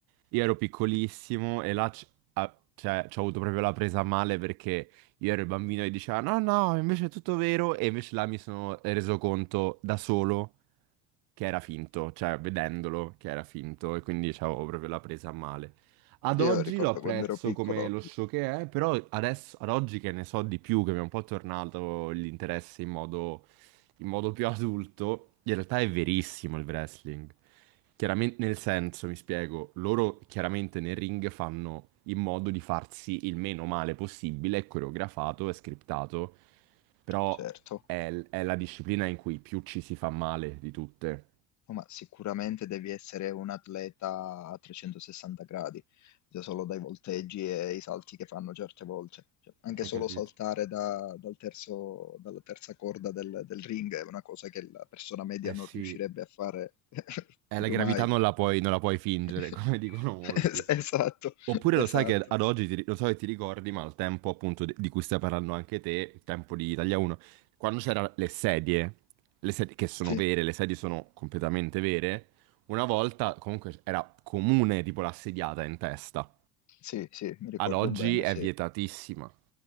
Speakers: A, on the right; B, on the left.
A: io ero piccolissimo e là c- ah, cioè, ci ho avuto proprio la presa a male perché io ero il bambino e diceva no, no, invece è tutto vero e invece là mi sono reso conto da solo che era finto, cioè vedendolo che era finto e quindi avevo proprio la presa a male. Ad oggi
B: Io ricordo
A: lo apprezzo
B: quando ero piccolo,
A: come lo show che è, però adesso, ad oggi che ne so di più, che mi è un po' tornato l'interesse in modo in modo più adulto, in realtà è verissimo il wrestling. Chiaramente, nel senso, mi spiego, loro chiaramente nel ring fanno in modo di farsi il meno male possibile, è coreografato, è scriptato, però
B: certo.
A: è, è la disciplina in cui più ci si fa male di tutte.
B: No, Ma sicuramente devi essere un atleta a 360 gradi, già solo dai volteggi e i salti che fanno certe volte. Cioè, anche
A: Hai
B: solo
A: capito?
B: saltare da- dal terzo- dalla terza corda del, del ring è una cosa che la persona media
A: Eh
B: non
A: sì,
B: riuscirebbe a fare <laughs>
A: eh,
B: proprio
A: la gravità
B: mai.
A: non la puoi, non la puoi fingere,
B: <laughs>
A: <laughs> come dicono molti.
B: Es-
A: cioè.
B: Esatto,
A: Oppure
B: esatto.
A: lo sai che ad oggi, ti ri- lo so che ti ricordi, ma al tempo appunto di di cui stai parlando anche te, il tempo di Italia 1, quando c'erano le sedie, le sedie che sono
B: Sì,
A: vere, le sedie sono completamente vere, una volta comunque era comune tipo l'assediata in testa.
B: sì, sì, mi ricordo
A: Ad oggi
B: bene,
A: è
B: sì.
A: vietatissima.